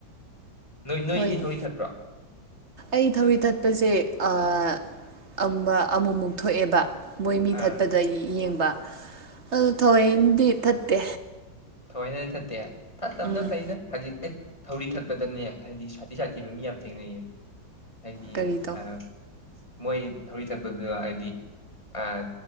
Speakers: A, on the left; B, on the right.
A: ꯅꯣꯏ ꯅꯣꯏꯗꯤ
B: ꯍꯣꯏꯅꯦ
A: ꯊꯧꯔꯤ ꯊꯠꯄ꯭ꯔꯣ
B: ꯑꯩ ꯊꯧꯔꯤ ꯊꯠꯄꯁꯦ ꯑꯥ ꯑꯃ ꯑꯃꯨꯃꯨꯛ ꯊꯣꯛꯑꯦꯕ ꯃꯣꯏ ꯃꯤ
A: ꯑꯥ
B: ꯊꯠꯄꯗ ꯌꯦꯡꯕ ꯑꯗꯨ ꯊꯑꯣꯏꯗꯤ ꯊꯠꯇꯦ꯫
A: ꯊꯑꯣꯏꯅꯗꯤ ꯊꯠꯇꯦ꯫ ꯊꯠꯇꯕꯅ
B: ꯎꯝ
A: ꯐꯩꯗ ꯍꯧꯖꯤꯛ ꯑꯦ ꯊꯧꯔꯤ ꯊꯠꯄꯗꯅꯦ ꯍꯥꯏꯗꯤ ꯁꯥꯊꯤ ꯁꯥꯊꯤꯕ ꯃꯤ ꯌꯥꯝ ꯊꯦꯡꯅꯩꯌꯦ꯫ ꯍꯥꯏꯗꯤ
B: ꯀꯔꯤ ꯇꯧ
A: ꯑꯥ ꯃꯣꯏ ꯊꯧꯔꯤ ꯊꯛꯄꯗꯨꯗ ꯍꯥꯏꯗꯤ ꯑꯥ